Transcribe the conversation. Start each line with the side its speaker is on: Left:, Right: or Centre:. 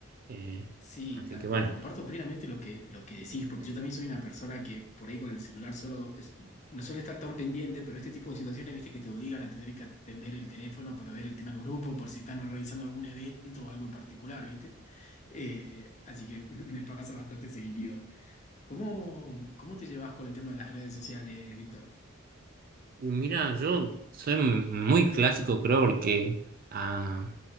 Right: eh,
Left: Sí,
Right: así
Left: tal
Right: que
Left: cual.
Right: bueno,
Left: Comparto plenamente lo que, lo que decís, porque yo también soy una persona que por ahí con el celular solo es- no suele estar tan pendiente, pero este tipo de situaciones, viste, que te obligan a tener que atender el teléfono para ver el tema del grupo, por si están realizando algún evento o algo en particular, viste. Eh, así que <laughs> me pasa bastante seguido. ¿Cómo, cómo te llevas con el tema de las redes sociales, Víctor?
Right: y mira, yo soy m- muy clásico creo porque ah,